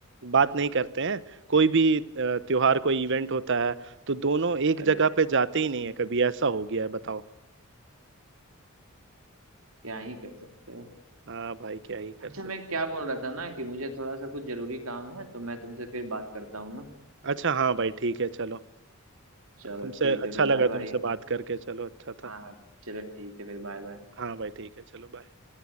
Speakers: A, on the right; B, on the right.
A: बात नहीं करते हैं कोई भी अ, त्योहार कोई इवेंट होता है तो दोनों एक
B: अरे
A: जगह पे जाते ही नहीं है कभी ऐसा हो गया है बताओ
B: क्या ही कर सकते हैं
A: हाँ भाई क्या ही कर
B: अच्छा
A: सकते
B: मैं क्या बोल रहा था ना कि मुझे थोड़ा सा कुछ जरूरी काम है तो मैं तुमसे फिर बात करता हूँ ना
A: अच्छा हाँ भाई ठीक है चलो
B: चलो
A: तुमसे
B: ठीक है
A: अच्छा
B: फिर
A: लगा
B: बाय बाय
A: तुमसे बात करके चलो अच्छा था
B: हाँ हाँ चलो ठीक है फिर बाय बाय
A: हाँ भाई ठीक है चलो बाय